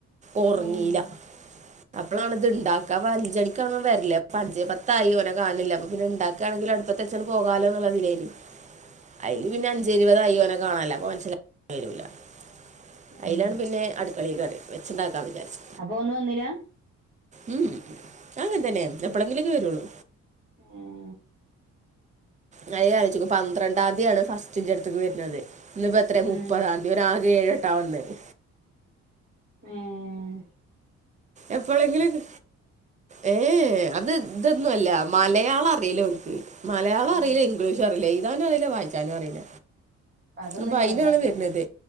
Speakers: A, on the right; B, on the right.
A: ഒർങ്ങീല്ല.
B: ഉം
A: അപ്പളാണ്ത്ണ്ടാക്ക. അപ്പഞ്ചണിക്കാണോൻ വര്ല്. അപ്പഞ്ചേ പത്തായി ഓനെ കാണ്ണില്ല അപ്പൊ പിന്നെണ്ടാ ക്കാണെങ്കില് അട്പ്പത്തെച്ചങ്ങ്ട് പോകാലോന്നുള്ള ത് ലേനി അയ്ല് പിന്നെ അഞ്ചേ ഇരുപതായി ഓനെ കാണാല്ല. അപ്പൊ മൻസ്സിലായി വരൂലാന്ന്.
B: ഉം
A: അയ്ലാണ് പിന്നെ അട്ക്കളീ കേറിയത് വെച്ച്ണ്ടാക്കാൻ വിചാരിച്
B: അപ്പോന്ന് വന്നിലാ?
A: ഉം ഉം അങ്ങൻതന്നേണ്. എപ്പളെങ്കിലൊക്കെ വെരൊള്ളൂ.
B: ഏഹ്
A: ഞാനിങ്ങനെ ആലോയ്ചോക്കും പന്ത്രണ്ടാന്തിയാണ് ഫസ്റ്റിന്റെട്ത്ത്ക്ക് വെര്ന്നത്. ന്നിപ്പോ എത്രേ
B: ഏഹ്
A: മുപ്പതാം തുവരെ ആകെ ഏഴെട്ടാ വന്നത്.
B: ഏഹ്
A: എപ്പോളെങ്കിലും ക് ഏ ഏഹ് അത് തൊന്നുഅല്ല, മലയാളം അറീലോൻക്ക്. മലയാളോറീല
B: ആഹ്
A: ഇംഗ്ളീഷും അറീല എയ്താനും അറീല വായ്ച്ചാനു അറീല.
B: അതൊന്ന്
A: അപ്പയ്നാണ്
B: ലെവലാക്കാന്
A: വര്ന്നത്.